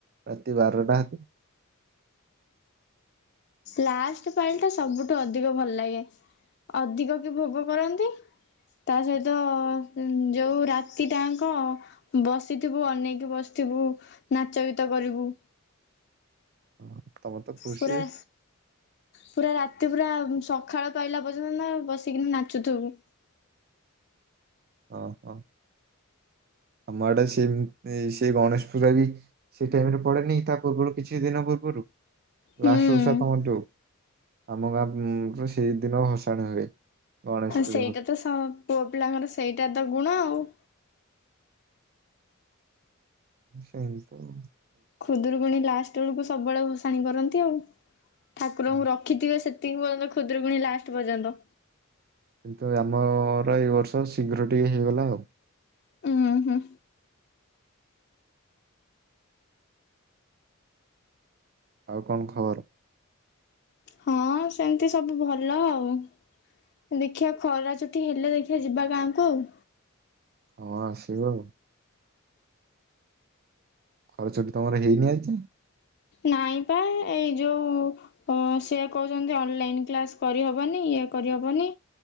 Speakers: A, on the right (about 45°); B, on the left (about 50°).
A: ରାତି ବାରଟା ହେତେ
B: ଲାଷ୍ଟ ପାଳିଟା ସବୁଠୁ ଅଧିକ ଭଲ ଲାଗେ। ଅଧିକ ବି ଭୋଗ କରନ୍ତି ତା ସହିତ ଉଁ ଯୋଉ ରାତିଟା ଆଙ୍କ ବସିଥିବୁ ଅନେଇକି ବସିଥିବୁ ନାଚ ଗୀତ କରିବୁ।
A: ହଁ ତମର ତ ଖୁସି।
B: ପୁରା ପୁରା ରାତି ପୁରା ସଖାଳ ପାଇଲା ପର୍ଯ୍ୟନ୍ତ ନାଁ ବସିକିନି ନାଚୁଥିବୁ।
A: ଅଁ ହଁ ଆମ ଆଡେ ସେ ଉଁ ସେଇ ଗଣେଶ ପୂଜା ବି ସେଇ ଟାଇମରେ ପଡେନେଇ କି ତା ପୂର୍ବରୁ କିଛି ଦିନ ପୂର୍ବରୁ
B: ହୁଁ
A: ଲାଷ୍ଟ ଓଷା ତମର ଯୋଉ ଆମ ଗାଁ ଉଁ ସେଇ ଦିନ ଭସାଣି ହୁଏ। ଗଣେଶ ପୂଜା
B: ସେଇଟା ତ ସ ପୁଅ ପିଲାଙ୍କର ସେଇଟା ଟା ତ ଗୁଣ ଆଉ।
A: ସେଇ ତ ଆଉ
B: ଖୁଦୁୁରକୁୁଣି ଲାଷ୍ ତେଳୁକୁ ସବୁବେଳେ ଭସାଣି କରନ୍ତି ଆଉ। ଠାକୁରଙ୍କୁ
A: ଆଉ
B: ରଖିଥିବେ ସେ ତିିକ ପର୍ଯ୍ୟନ୍ତ ଖୁଦୁରୁକୁୁଣୀ ଲାଷ୍ଟ ପର୍ଯ୍ୟନ୍ତ।
A: କିନ୍ତୁ ଏଇ ଆମର ଏଇ ବର୍ଷ ଶୀଘ୍ର ଟିକେ ହେଇଗଲା ଆଉ।
B: ଉଁ ହୁଁ।
A: ଆଉ କଣ ଖବର?
B: ହଁ ସେମତି ସବୁ ଭଲ ଆଉ ଦେଖିବା ଖରା ଛୁଟି ହେଲେ ଦେଖିବା ଯିବା ଗାଁକୁ ଆଉ।
A: ହଁ ଆସିବୁ ଆଉ। ଖରା ଛୁଟି ତମର ହେଇନି ଆଜି ଯାଏଁ?
B: ନାଇଁ ପା ଏଇ ଯୋଉ ଉଁ ସେ କୋହୁଚନ୍ତି ଅନଲାଇନ କ୍ଲାସ କରିହବନି ଇଏ କରିହବନି